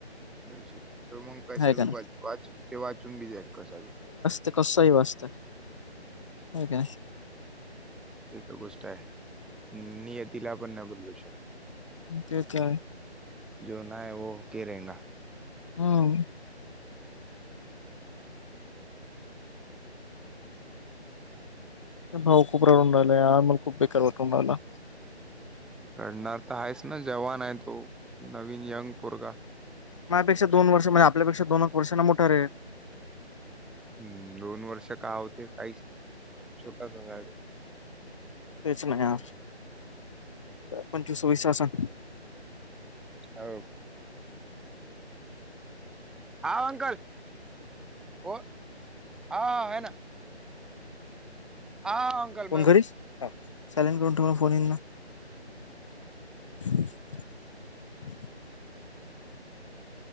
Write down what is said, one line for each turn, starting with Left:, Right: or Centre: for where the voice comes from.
Centre: अ तर मग कसा
Left: आहे का
Centre: बी
Left: नाही
Centre: वाच ते वाचून बी जाईल कसा
Left: ते कसही वाचतात का
Centre: ह तर गोष्ट आहे नियतीला आपण न बदलू शकतो
Left: ते काय
Centre: जो नाय व के रेंगा
Left: हम भाऊ खूप रडूनडालेय आर्मल खूप बेकार वाटून आला
Centre: रडणार तर आहेच ना जवान आहे तो नवीन यंग पोरगा
Left: माझपेक्षा दोन वर्ष म्हणज आपल्यापेक्षा दोन वर्षांना मोठार आहे
Centre: हम्म दोन वर्ष का होते काहीच नाही छोटासा
Left: तेच नाही पंचवीसवी शासन
Centre: हो का हा अंकल हो हा आहे ना हा अंकल
Left: फोन
Centre: मग
Left: कररीस चालेन करून ठ फोन येईन ना <inaudible>